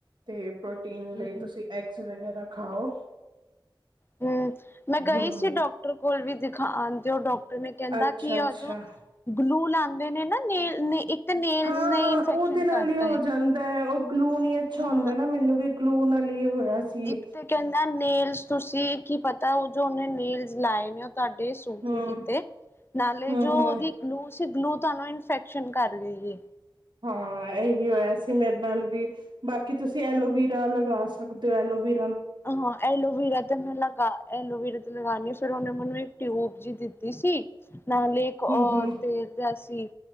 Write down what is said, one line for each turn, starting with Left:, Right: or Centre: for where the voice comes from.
Right: ਤੇ ਬ ਪ੍ਰੋਟੀਨ
Left: ਹੂੰ
Right: ਲਈ ਤੁਸੀਂ ਐਗਸ ਵਗੈਰਾ ਖਾਓ।
Left: ਹੂੰ, ਮੈਂ ਗਈ
Right: ਹਮ
Left: ਸੀ ਡਾਕਟਰ ਕੋਲ ਵੀ ਦਿਖਾ ਆਉਦੇ ਹੋ ਡਾਕ ਕਹਿੰਦਾ
Right: ਅੱਛਾ
Left: ਕਿ, ਉਹ
Right: ਅੱਛਾ
Left: ਜੋ ਗਲੂ ਲ ਇਹਨਾਂ ਨੇ ਨਾ ਨੇ ਇੱਕ ਤਾਂ ਨੇਲਸ
Right: ਹਾਂ-ਹਾਂ,
Left: ਨੇ ਇਨਫੈਕਸ਼ਨ
Right: ਉਹਦੇ ਨਾਲ
Left: ਕਰਤਾ
Right: ਹੀ ਹੋ
Left: ਏ।
Right: ਜਾਂਦਾ ਹੈ, ਉਹ ਗਲੂ ਨੀ ਅੱਛਾ
Left: ਹਾਂ
Right: ਹੁੰਦਾ ਨਾ ਮੈਨੂੰ ਵੀ ਗਲੂ ਨਾਲ ਹੀ ਸੀ
Left: ਇੱਕ ਤੇ ਕਹਿੰਦਾ ਨੇਲਸ ਤੁਸੀਂ ਕੀ ਪਤਾ ਉਹ ਜੋ ਉਹਨੇ ਨੀਲਜ਼ ਲਾਏ ਨੇ ਤੁਹਾਡੇ ਸੂਟ
Right: ਹਮ
Left: ਨੀ ਕੀਤੇ ਨਾਲੇ
Right: ਹਮ
Left: ਜੋ
Right: ਹਮ
Left: ਉਹਦੀ ਗਲੂ ਸੀ ਗਲੂ ਤੁਹਾਨੂੰ ਇਨਫੈਕਸ਼ਨ ਕਰ ਰਹੀ ਏ।
Right: ਹਾਂ, ਇਹੀ ਹੋਇਆ ਸੀ ਮੇਰੇ ਨਾਲ ਵੀ ਬਾਕੀ ਤੁਸੀਂ ਐਲੋਵੀਰਾ ਲਗਾ ਸਕਦੇ ਹੋ ਐਲੋਵੀ
Left: ਹਾਂ ਐਲੋਵਰਾ ਤੇ ਮੈਂ ਲਗਾ ਐਲੋਵਰਾ ਤੇ ਲਗਾਉਂਦੀ ਫੇਰ ਉਹਨੇ ਮੈਨੂੰ ਇੱਕ ਟਿਊਬ ਜ਼ੀ ਦਿੱਤੀ ਸੀ ਨਾਲੇ ਇੱਕ ਓ
Right: ਹਮ ਹਮ
Left: ਤੇਲ ਜਿਹਾ ਸੀ